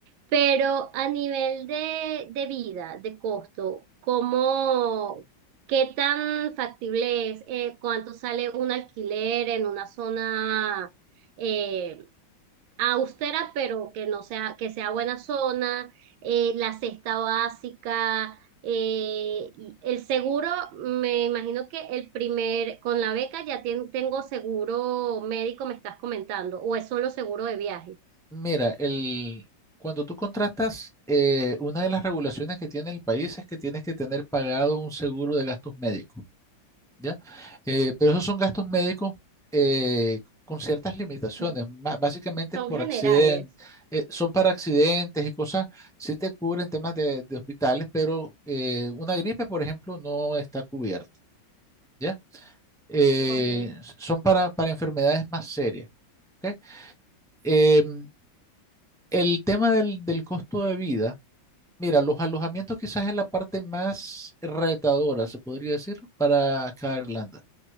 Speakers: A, on the right; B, in the centre.
A: pero a nivel de, de vida, de costo, ¿cómo, qué tan factible es? Eh, ¿cuánto sale un alquiler en una zona? eh, austera, pero que no sea, que sea buena zona, eh, la cesta básica, eh, y el seguro, me imagino que el primer, con la beca ya tien- tengo seguro médico, me estás comentando, o es solo seguro de viaje.
B: Mira, el, cuando tú contratas, eh, una de las regulaciones que tiene el país es que tienes que tener pagado un seguro de gastos médicos, ¿ya? Eh, pero esos son gastos médicos eh, con ciertas limitaciones,
A: Sí.
B: ba- básicamente
A: Son
B: por
A: generales.
B: accidente, eh, son para accidentes y cosas, sí te cubren temas de, de hospitales, pero eh, una gripe, por ejemplo, no está cubierta, ¿ya? Eh,
A: Ok,
B: son para, para enfermedades más serias. ¿ok? Em, El tema del, del costo de vida, mira, los alojamientos quizás es la parte más retadora, se podría decir, para acá Irlanda,